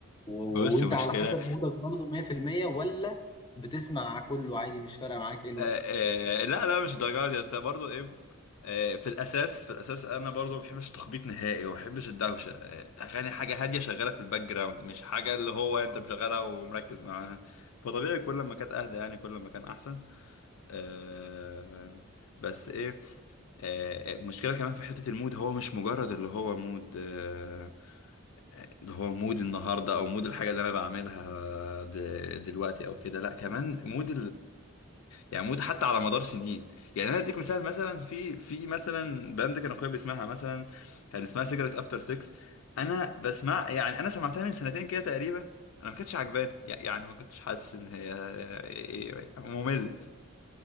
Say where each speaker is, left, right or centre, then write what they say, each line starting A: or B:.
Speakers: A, on the left; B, on the left.
A: و...
B: بص
A: وانت
B: مشكله
A: على حسب مودك برضه 100% ولا بتسمع كله عادي مش فارقه معاك ايه الوقت
B: آه، آه، لا لا مش الدرجه دي بس برضه ايه آه، في الاساس في الاساس انا برضه ما بحبش التخبيط نهائي وما بحبش الدوشه آه، اغاني حاجه هاديه شغاله في الباك جراوند مش حاجه اللي هو انت مشغلها ومركز معاها فطبيعي كل ما كانت اهدى يعني كل ما كان احسن آه، بس ايه آه، المشكلة كمان في حتة المود هو مش مجرد اللي هو مود آه، اللي هو مود النهاردة أو مود الحاجة اللي أنا بعملها د- دلوقتي أو كده لأ كمان مود يعني موت حتى على مدار سنين يعني انا اديك مثال مثلا في في مثلا باند كان اخويا بيسمعها مثلا كان اسمها سيجرت افتر 6 انا بسمع يعني انا سمعتها من سنتين كده تقريبا انا ما كانتش عجباني يعني ما كنتش حاسس ان هي ممله